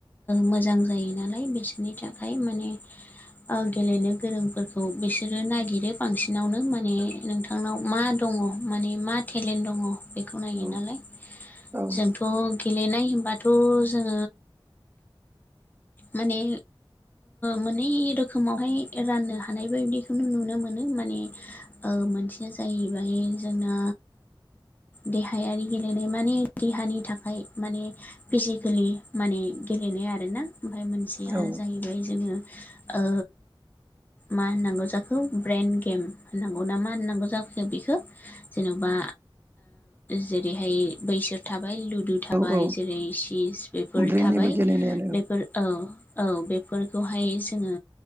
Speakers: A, on the left (about 20°); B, on the right (about 25°).
A: मोजां जायो नालाय बिसोरनि थाखाय माने गेलेनो गोरोंफोरखौ बिसोरो नागिरो बांसिनावनो माने नोंथांनाव मा दं दङ माने मा टेलेन्ट दङ बेखौ नायो
B: औ
A: नालाय
B: औ
A: जोंथ' गेलेनाय होनबाथ' जोङो माने मोनै रोखोमावहाय राननो हानाय बायदिखौनो नुनो मोनो माने मोनसेया जाहैबाय जोंना देहायारि गेलेनाय माने देहानि थाखाय माने फिजिकेलि माने गेलेनाय आरोना ओमफ्राय मोनसेया
B: औ
A: जाहैबाय जोङो ओ मा होननांगौ जाखो ब्रइन गेम होननांगौ ना मा होननांगौ जाखो बेखौ जेन'बा जेरैहाय बैसोर थाबाय लुदु थाबाय
B: औ औ
A: जेरै चिज बेफोर
B: ब्रेननिबो
A: थाबाय
B: गेलेनायानो
A: बेफोर औ औ बेफोरखौहाय जोङो